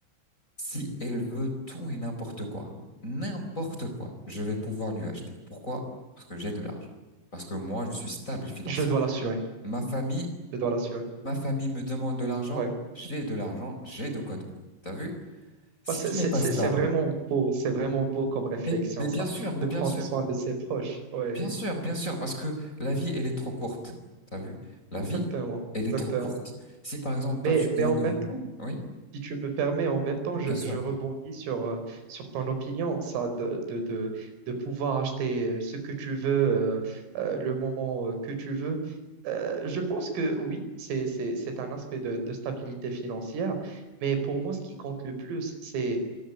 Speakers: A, on the left; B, on the right.
A: si elle veut tout et n'importe quoi, n'importe quoi, je vais pouvoir lui acheter. Pourquoi? Parce que j'ai de l'argent. Parce que moi, je suis stable financièrement.
B: Je dois l'assurer.
A: Ma famille,
B: Je dois l'assurer.
A: ma famille me demande de l'argent,
B: Ouais.
A: j'ai de l'argent, j'ai de quoi donner. T'as vu? Si
B: Bah, C'est
A: tu
B: c'est-
A: n'es pas
B: c'est-
A: stable,
B: c'est vraiment beau. C'est vraiment beau comme réflexion,
A: mais, mais
B: ça,
A: bien sûr, mais
B: de
A: bien
B: prendre
A: sûr,
B: soin de ses proches. Ouais.
A: bien sûr, bien sûr, parce que la vie, elle est trop courte. T'as vu? La
B: Exactement,
A: vie, elle
B: exactement.
A: est trop courte. Si par exemple, toi,
B: Mais,
A: tu
B: mais
A: gagnes,
B: en même temps,
A: oui,
B: si tu me permets, en même temps, je,
A: bien sûr.
B: je rebondis sur, euh, sur ton opinion, ça, de, de, de, de pouvoir acheter euh, ce que tu veux, euh, euh, le moment euh, que tu veux. Euh, je pense que oui, c'est, c'est, c'est un aspect de, de stabilité financière, mais pour moi, ce qui compte le plus, c'est